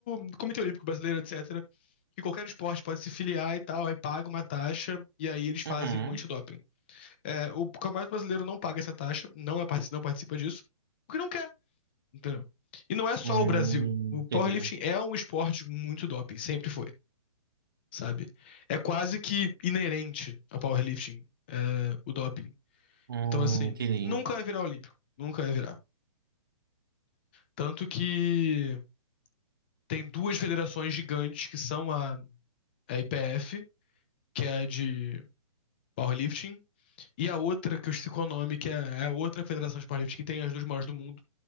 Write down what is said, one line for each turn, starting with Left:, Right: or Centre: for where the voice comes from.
Left: do Comitê Olímpico Brasileiro, etc. Que qualquer esporte pode se filiar e tal, aí paga uma taxa e aí eles fazem
Right: Uhum.
Left: um antidoping. É, o Campeonato Brasileiro não paga essa taxa, não, é, não participa disso, porque não quer. Entendeu? E não é só
Right: Hum,
Left: o Brasil. O powerlifting
Right: entendi.
Left: é um esporte com muito doping, sempre foi, sabe? É quase que inerente ao powerlifting, é, o doping.
Right: Hum,
Left: Então, assim,
Right: entendi.
Left: nunca vai virar olímpico, nunca vai virar. Tanto que tem duas federações gigantes que são a, a IPF, que é a de powerlifting, e a outra, que eu esqueci o nome, que é é a outra federação de powerlifting que tem as duas maiores do mundo,